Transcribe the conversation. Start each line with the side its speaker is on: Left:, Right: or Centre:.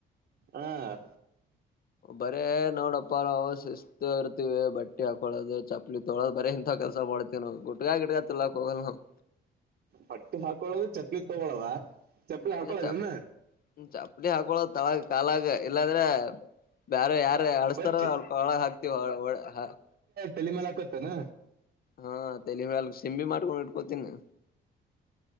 Right: ಹಾ
Left: ಬರೇ ನೋಡಪ್ಪ ನಾವು ಶಿಸ್ತು ಇರ್ತೀವಿ ಬಟ್ಟೆ ಹಾಕೊಳದು ಚಪ್ಪಲಿ ತಗಳೋದು ಬರೆ ಇಂತ ಕೆಲ್ಸ ಮಾಡ್ತೀವಿ ನಾವು ಗುಟ್ಗ ಗಿಟ್ಕ ತಿಲ್ಲಕ್ ಹೋಗಲ್ ನಾವ್.
Right: ಬಟ್ಟಿ ಹಾಕೊಳದು ಚಪ್ಲಿ ತಗೊಳದ. ಚಪ್ಲಿ
Left: ಬರೇ
Right: ಹಾಕೊಳ್ಳೋದೇನ
Left: ಚಪ್ ಚಪ್ಲಿ ಹಾಕಳೋದ ತಳಗ ಕಾಲಾಗ ಇಲ್ಲಂದ್ರ ಬ್ಯಾರೆ ಯಾರೆ ಅಡಸ್ತಾರ
Right: ಬಟ್
Left: ಅವರ್ ಕೊಳ್ಳಗ ಹಾಕ್ತಿವಿ ಒಳ ಒಳ ಹ್.
Right: ತಲಿಮ್ಯಲ್ ಹಾಕೋತೆನ್.
Left: ಹಾ ತೆಲಿ ಮ್ಯಾಲ ಸಿಂಬಿ ಮಾಡ್ಕೊಂಡ್ ಇಟ್ಕೋತಿನಿ.